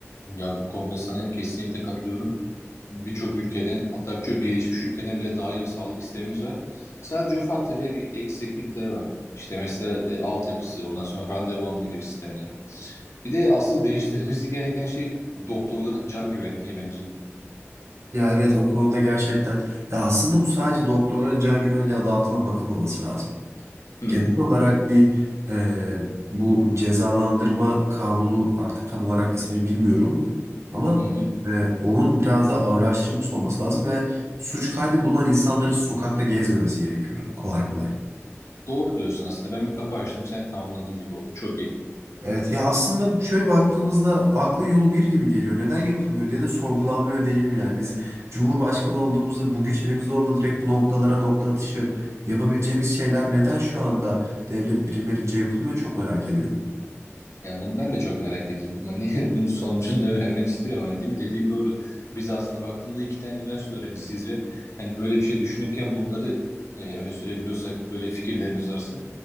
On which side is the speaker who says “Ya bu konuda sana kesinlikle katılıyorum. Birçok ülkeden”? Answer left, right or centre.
Left